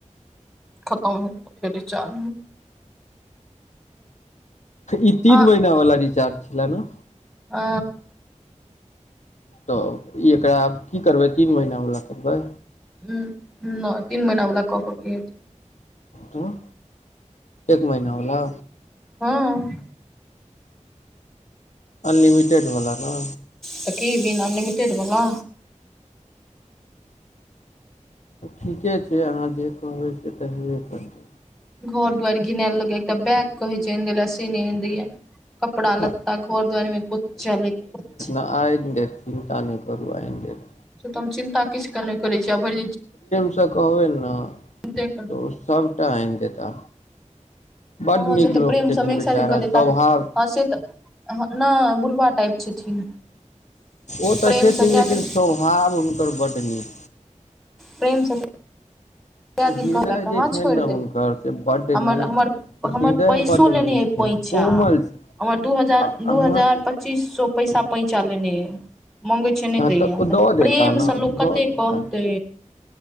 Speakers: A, in the centre; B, on the left.
A: खतम होत फेर चार
B: ई तीन
A: अहाँ
B: महिना वाला रिचार्ज छलै न
A: ह
B: तऽ ई एकरा आब की करबै तीन महीनावला करबै
A: ह ह तीन महिना ओला क क की
B: त एक महिना बला
A: हँ
B: अनलिमिटेडवला ने
A: त की भी न अनलिमिटेड वला
B: ठीके छै अहाँ जे कहबै से त हेबे करतै
A: घर दुवारि घिनायल लगैया एकटा बैग कहे छैनि आइन सेनहि दय लै कपड़ा
B: अच्छा
A: लत्ता घर दुवारिमे कुछ चल कुछ
B: आ आइन दे चिंता नैकरू आइन देब
A: से तऽ हम चिन्ता किछ के नहि करै छी आ भरि
B: से कहबनि न
A: देख
B: त ओ सबटा आन देता बड्ड
A: हँ
B: नीक
A: से
B: लोक
A: तऽ प्रेम
B: छथिन
A: सम एक
B: बेचारा
A: साथे क
B: स्वभाव
A: दे त से तऽ नै बुढ़वा टाइप छथिन
B: ओ तऽ
A: प्रेमसँ
B: छथिन
A: कए
B: लेकिन
A: दिन
B: स्वभाव हुनकर बड्ड नीक
A: प्रेमसँ कए दिन
B: हृदय
A: कहलक
B: जे
A: हँ छोड़ि
B: छनि ने
A: देलकै
B: हुनकर से बड्
A: हमर
B: नीक
A: हमर हमर
B: हृदय
A: पैसो
B: बड्ड
A: लेने
B: नीक
A: अइ पैंचा
B: कोमल छै
A: हमर दू हजार
B: आ
A: दू
B: अहाँ
A: हजार पच्चीस सौ पैसा पैंचा लेने यै किछ नहि
B: हँ
A: दैया
B: तऽ ओ दऽ
A: त
B: देता
A: प्रेम
B: ने
A: से लोक कते
B: दऽ देता
A: कहते